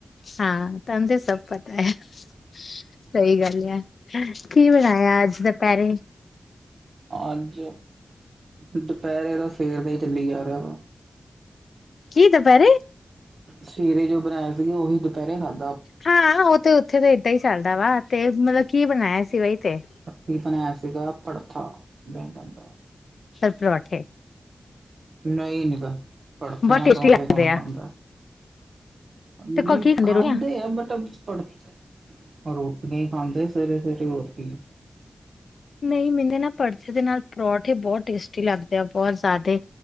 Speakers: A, on the left; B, on the right.
A: ਹਾਂ ਤੈਨੂ ਤੇ ਸਭ ਪਤਾ ਐ। ਸਹੀ ਗੱਲ ਆ ਕੀ ਬਣਾਇਆ ਅੱਜ ਦੁਪੈਰੇ
B: ਅੱਜ ਦੁਪੈਰੇ ਤਾ ਸਵੇਰ ਦਾ ਹੀ ਚੱਲੀ ਜਾ ਰਿਹਾ ਵਾ।
A: ਕਿ ਦੁਪੈਰੇ
B: ਸਵੇਰੇ ਜੋ ਬਣਾਇਆ ਸੀਗਾ ਉਹੀ ਦੁਪੈਰੇ ਖਾਂਦ
A: ਹਾਂ ਓ ਤੇ ਉੱਥੇ ਤਾਂ ਏਦਾਂ ਹੀ ਚੱਲਦਾ ਵਾ ਤੇ ਮਤਲਬ ਕੀ ਬਣਾਇਆ ਸੀ ਵਹੀ ਤੇ
B: ਕੀ ਬਣਾਇਆ ਸੀਗਾ ਭੜਥਾ ਬੈਂਗਣ ਦਾ
A: ਸਿਰਫ ਪਰੌਠੇ
B: ਨਹੀਂ ਨੀਗਾ ਭੜਥੇ
A: ਬਹੁਤ
B: ਨਾਲ
A: ਟੇਸਟੀ
B: ਪਰੌਂਠੇ
A: ਲੱਗਦੇ
B: ਕੌਣ
A: ਆ
B: ਖਾਂਦਾ, ਨਹੀਂ
A: ਤੇ ਕੋ ਕੀ
B: ਖਾਂਦੇ
A: ਰੋਟੀਆਂ
B: ਆ ਬਟ ਮਨ ਰੋਟੀਆਂ ਹੀ ਖਾਂਦੇ ਸਵੇਰੇ ਸਵੇਰੇ ਹੋਰ ਕੀ
A: ਨਹੀਂ ਮੈਨੂ ਨਾ ਭੜਥੇ ਦੇ ਨਾਲ ਪਰੌਠੇ ਬਹੁਤ ਟੇਸਟੀ ਲੱਗਦੇ ਆ ਬਹੁਤ ਜ਼ਿਆਦੇ